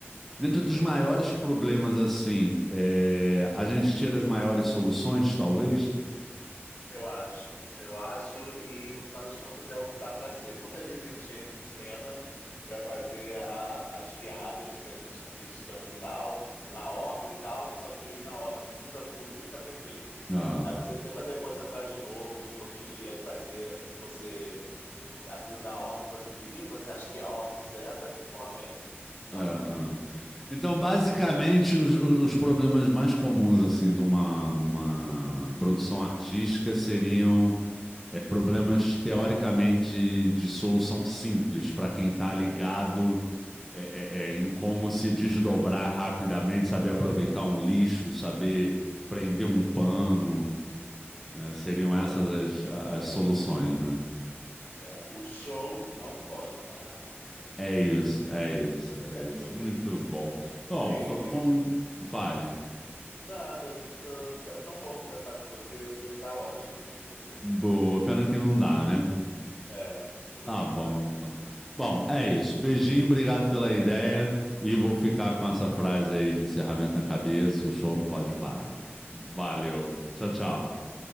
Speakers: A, in the centre; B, on the left (about 60°).
A: dentro dos maiores problemas, assim, é, a gente tira as maiores soluções, talvez.
B: Eu acho, eu acho, e no final das contas é o que dá para ser. Quantas vezes a gente entra em cena para fazer a- as piadas que a gente está testando e tal, na ordem e tal, só que aí na hora muda tudo e fica perfeito.
A: Ah.
B: Aí você tenta depois entrar de novo em outro dia e fazer o que você, o- aquilo na ordem que você queria, que você acha que é a ordem certa e ficou uma merda. Então,
A: É, é. Então, basicamente, os, os problemas mais comuns assim de uma, de uma produção artística seriam é, problemas teoricamente de solução simples para quem está ligado
B: <laughs>
A: é, é, é, em como se desdobrar rapidamente, saber aproveitar um lixo, saber prender um pano. É, seriam
B: é,
A: essas
B: é,
A: as, a- as soluções, né?
B: é, o show não pode parar.
A: É isso, é isso, é
B: É
A: isso.
B: sobre
A: Muito
B: isso.
A: bom.
B: Baby.
A: Bom, fa- com... fale.
B: Nada, é tão bom conversar com você. Eu queria ficar horas conversando com você.
A: Boa, pena que não dá, né?
B: É, pena
A: Tá
B: que não
A: bom,
B: dá.
A: então. Bom, é isso. Beijinho, obrigado pela ideia. E vou ficar com essa frase aí de encerramento na cabeça: o show não pode parar. Valeu.
B: É.
A: Tchau, tchau.